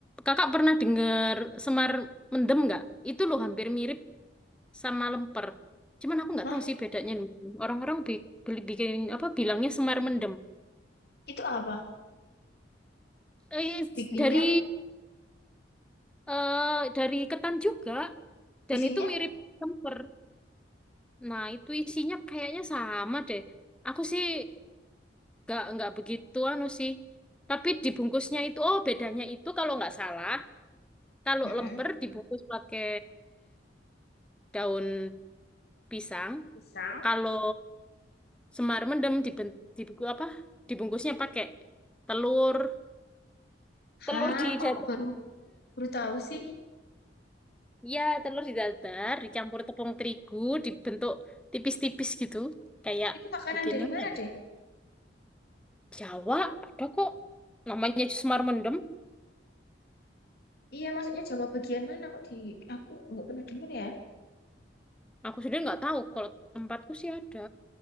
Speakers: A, in the centre; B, on the left (about 60°).
A: Kakak pernah dengar semar mendem nggak? Itu loh hampir mirip sama lemper. Cuman aku nggak
B: Nah,
A: tahu sih bedanya nih. Orang-orang bi- bi- bikin apa bilangnya semar mendem.
B: itu apa?
A: Eh,
B: Bikinnya
A: dari eh dari ketan juga dan
B: isinya
A: itu mirip kemper. Nah, itu isinya kayaknya sama deh. Aku sih nggak nggak begitu anu sih. Tapi dibungkusnya itu oh bedanya itu kalau nggak salah, kalau
B: Mm-mm.
A: lemper dibungkus pakai daun pisang,
B: Pisang
A: kalau semar mendem diben, dibuku apa? Dibungkusnya pakai telur,
B: Hah,
A: telur di
B: kok
A: dada.
B: aku baru baru tahu sih.
A: Iya, telur didadar, dicampur tepung terigu, dibentuk tipis-tipis gitu. Kayak
B: Itu makanan
A: bikin
B: dari
A: apa
B: mana
A: ya?
B: deh?
A: Jawa, ada kok. Namanya Semar Mendem.
B: Iya, maksudnya Jawa bagian mana kok di aku nggak pernah dengar ya.
A: Aku sudah nggak tahu kalau tempatku sih ada.